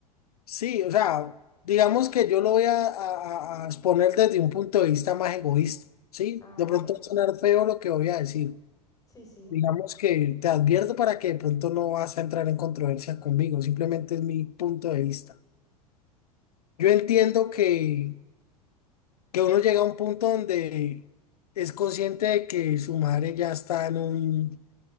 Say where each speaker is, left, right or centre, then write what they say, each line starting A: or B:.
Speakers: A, on the left; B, on the left.
A: Sí, o sea, digamos que yo lo voy a, a- a- a exponer desde un punto de vista más egoísta, ¿sí?
B: A
A: De
B: ver,
A: pronto va a sonar feo lo que voy a decir.
B: sí, sí,
A: Digamos que te advierto para que de pronto no vas a entrar en controversia conmigo, simplemente es mi punto de vista. Yo entiendo que, que uno llega a un punto donde es consciente de que su madre ya está en un,